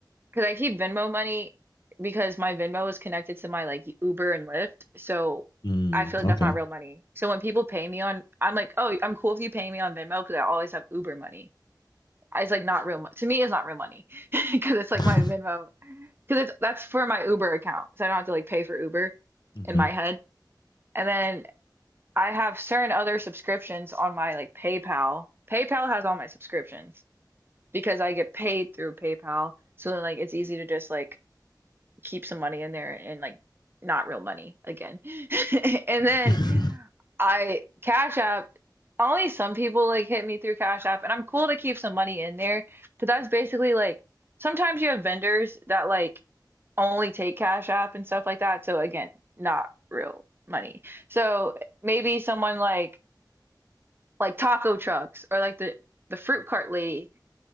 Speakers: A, on the right; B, on the left.
A: because I keep Venmo money because my Venmo is connected to my like Uber and Lyft. So
B: Mm,
A: I feel like
B: okay.
A: that's not real money. So when people pay me on, I'm like, oh, I'm cool if you pay me on Venmo because I always have Uber money. I- It's like not real money. To me, it's not real money <laughs> because it's like
B: <laughs>
A: my Venmo because it's that's for my Uber account. So I don't have to like pay for Uber
B: mm-hmm.
A: in my head. And then I have certain other subscriptions on my like PayPal. PayPal has all my subscriptions because I get paid through PayPal. So then like it's easy to just like keep some money in there and like not real money again. <laughs> And
B: <laughs>
A: then
B: mm-hmm.
A: I Cash App, only some people like hit me through Cash App and I'm cool to keep some money in there, but that's basically like sometimes you have vendors that like only take Cash App and stuff like that. So again, not real money. So maybe someone like like taco trucks or like the the fruit cart lady.